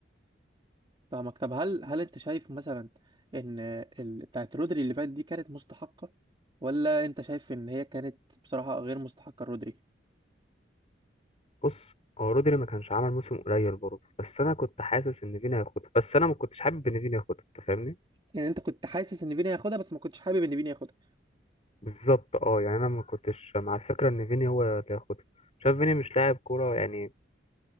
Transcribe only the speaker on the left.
بص هو رودري ما كانش عمل موسم قليل برضه بس أنا كنت حاسس إن فيني هياخدها بس أنا ما كنتش حابب إن فيني ياخدها أنت فاهمني
بالظبط اه يعني انا ما كنتش مع الفكره ان فيني هو اللي هياخدها شايف فيني مش لاعب كوره يعني